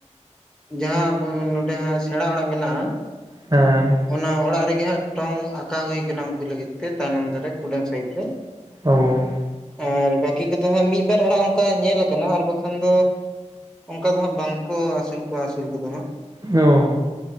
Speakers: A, in the centre; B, on the right.
A: ᱡᱟᱦᱟᱸ ᱟᱵᱚ ᱱᱚᱰᱮ ᱦᱟᱜ ᱥᱮᱬᱟ ᱚᱲᱟᱜ ᱢᱮᱱᱟᱜᱼᱟ᱾
B: ᱦᱮᱸ
A: ᱚᱱᱟ ᱚᱲᱟᱜ ᱨᱮᱜᱮ ᱦᱟᱸᱜ ᱴᱚᱝ ᱟᱠᱟᱣ ᱦᱩᱭ ᱟᱠᱟᱱᱟ ᱩᱱᱠᱩ ᱞᱟᱹᱜᱤᱫ ᱛᱮ ᱛᱟᱭᱱᱚᱢ ᱫᱟᱨᱮ ᱠᱩᱰᱟᱹᱢ ᱥᱟᱭᱤᱰ ᱨᱮᱼᱼ
B: ᱦᱚᱭ
A: ᱟᱨ ᱵᱟᱹᱠᱤ ᱠᱚᱫᱚ ᱦᱟᱸᱜ ᱢᱤᱫᱵᱟᱨ ᱚᱲᱟᱜ ᱚᱱᱠᱟ ᱧᱮᱞ ᱟᱠᱟᱱᱟ ᱟᱨ ᱵᱟᱠᱷᱟᱱ ᱫᱚᱼᱼ ᱚᱱᱠᱟ ᱫᱚ ᱦᱟᱸᱜ ᱵᱟᱝᱠᱚ ᱟᱹᱥᱩᱞ ᱠᱚᱣᱟ ᱟᱹᱥᱩᱞ ᱠᱚᱫᱚ ᱦᱟᱸᱜ᱾
B: ᱚᱻ